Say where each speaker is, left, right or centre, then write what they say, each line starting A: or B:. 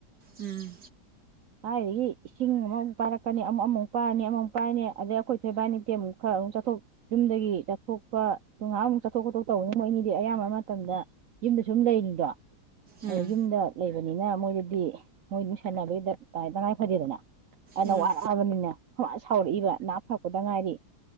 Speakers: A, on the right; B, on the right.
A: ꯎꯝ
B: ꯀꯥꯢꯗꯒꯤ ꯏꯁꯤꯡ ꯑꯃꯃꯨꯛ ꯄꯥꯏꯔꯛꯀꯅꯤ ꯑꯃꯨꯛ ꯑꯃꯃꯨꯛ ꯄꯥꯏꯔꯅꯤ ꯑꯃꯃꯨꯛ ꯄꯔꯅꯤ ꯑꯗꯩ ꯑꯩꯈꯣꯏ ꯊꯣꯏ ꯏꯕꯥꯏꯅꯤꯁꯦꯃꯨꯛ ꯈꯔ ꯑꯃꯨꯛ ꯊꯣꯛ ꯌꯨꯝꯗꯒꯤ ꯆꯠꯊꯣꯛꯄ ꯉ ꯉꯍꯥ ꯑꯃꯨꯛ ꯆꯠꯊꯣꯛ ꯈꯣꯠꯇꯣꯛ ꯇꯧꯕꯅꯤ ꯃꯣꯏ ꯑꯅꯤꯗꯤ ꯑꯌꯥꯝꯕ ꯃꯇꯝꯗ ꯌꯨꯝꯗ ꯁꯨꯝ ꯂꯩꯅꯤꯗꯣ
A: ꯎꯝ
B: ꯑ ꯌꯨꯝꯗ ꯂꯩ ꯑꯣꯏꯕꯅꯤꯅ ꯃꯣꯏꯗꯗꯤ ꯃꯣꯏ ꯗꯨꯝꯁꯦꯟꯅꯕ ꯇꯉꯥꯏ ꯐꯗꯦꯗꯅ ꯑꯅ
A: ꯎꯝ
B: ꯋꯥꯠꯔꯛꯑꯕꯅꯤꯅ ꯁꯥꯎꯔꯛꯏꯕ ꯅꯥ ꯐꯔꯛꯄꯗ ꯉꯥꯏꯔꯤ